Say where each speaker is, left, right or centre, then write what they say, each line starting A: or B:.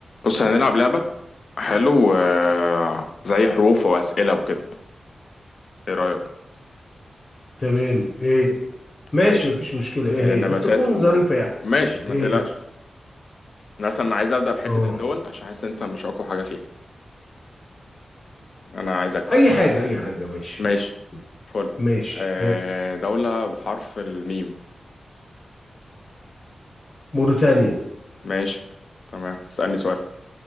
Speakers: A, on the left; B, on the left.
A: بص هنلعب لعبة حلو آه، زي حروف وأسئلة وكده ايه رأيك
B: تمام ايه ماشي
A: ماشي
B: مفيش مشكلة ايه
A: آه،
B: هي
A: نباتات
B: بس تكون
A: و
B: ظريفة يعني
A: ماشي
B: ايه
A: ما تقلقش
B: هي
A: مثلا انا عايز أبدأ في حتة
B: اه
A: الدول عشان حاسس انت مش أقوى حاجة فيها انا عايز أكسب
B: اي حاجة اي حاجة ماشي
A: ماشي
B: مش مشكلة
A: فل
B: ماشي
A: آه،
B: ها.
A: دولة بحرف الميم
B: موريتانيا
A: ماشي تمام اسألني سؤال